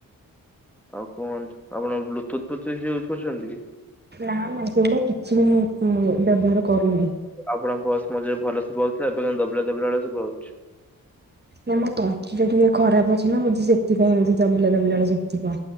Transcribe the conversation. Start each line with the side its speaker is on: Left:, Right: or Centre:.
Centre: ଆଉ କୁହନ୍ତୁ ଆପଣ ବ୍ଲୁଟୁଥ୍ ଫ୍ଲୁତୁର୍ଥ ୟୁଜ୍ କରିଛନ୍ତି କି?
Right: ନାଁ ନାଁ ସେଗୁଡା କିଛି ବି ମୁଁ ମୁଁ ବ୍ୟବହାର କରୁନି।
Centre: ଆପଣଙ୍କ ଭଏସ ମଝୀରେ ଭଲ ଶୁଭା ହଉଥିଲା ଏବେ କିନ୍ତୁ ଦବିଲା ଦବିଲା ଭଳିଆ ଶୁଭା ହଉଛି।
Right: ନାଇଁ ମୋ ତଣ୍ଟି ଟା ଟିକେ ଖରାପ ଅଛି ନା ବୋଧେ ସେଥିପାଇଁ ଏମିତି ଦବିଲା ଦବିଲା ଶୁଭୁଥିବ।